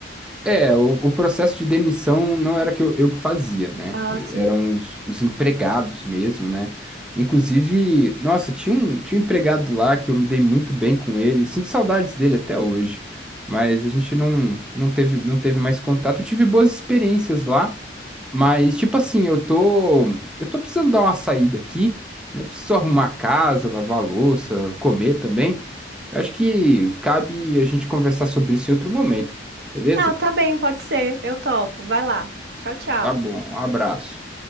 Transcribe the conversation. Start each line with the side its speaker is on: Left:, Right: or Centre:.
Centre: É, o, o processo de demissão não era que eu, eu que fazia, né?
Right: Ah, sim.
Centre: Eram os, os empregados mesmo, né? Inclusive, nossa, tinha um, tinha um empregado lá que eu me dei muito bem com ele. Sinto saudades dele até hoje, mas a gente não, não teve, não teve mais contato. Eu tive boas experiências lá, mas tipo assim, eu tô, eu tô precisando dar uma saída aqui, né? Preciso arrumar a casa, lavar a louça, comer também. Eu acho que cabe a gente conversar sobre isso em outro momento, beleza?
Right: Ah, tá bem, pode ser. Eu topo. Vai lá. Tchau, tchau.
Centre: Tá bom, abraço.